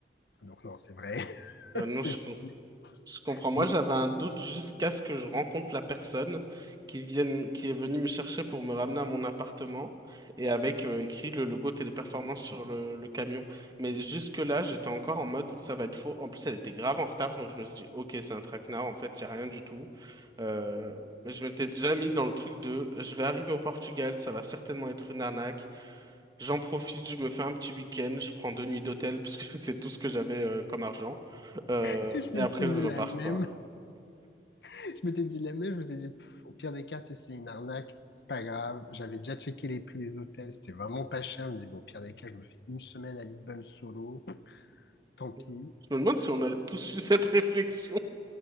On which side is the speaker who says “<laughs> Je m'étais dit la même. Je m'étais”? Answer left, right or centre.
Left